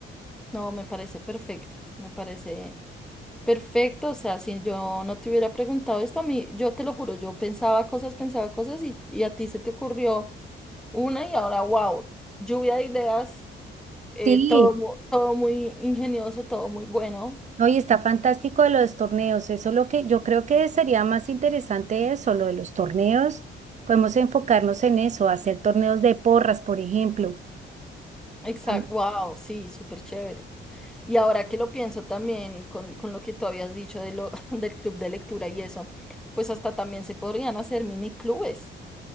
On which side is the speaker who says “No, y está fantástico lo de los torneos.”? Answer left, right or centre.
Right